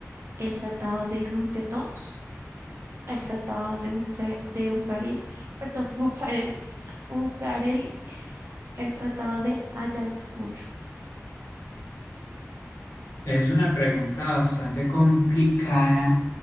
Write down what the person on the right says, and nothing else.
¿El Tratado de Rutedoms? ¿El Tratado de, Buca- de Bucare- <laughs> perdón, Bucare- Bucareli? ¿El Tratado de Ayacucho?